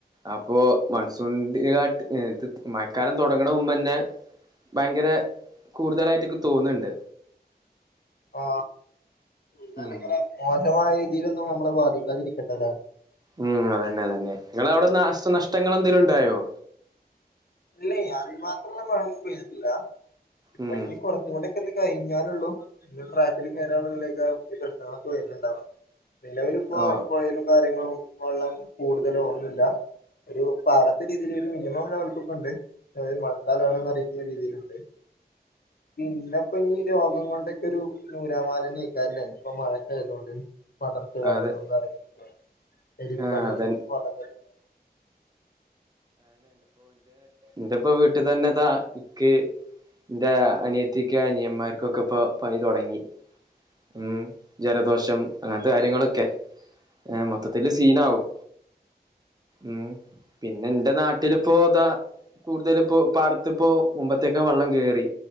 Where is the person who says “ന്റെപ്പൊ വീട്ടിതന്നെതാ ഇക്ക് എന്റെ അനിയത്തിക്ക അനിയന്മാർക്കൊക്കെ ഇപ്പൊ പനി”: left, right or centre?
Right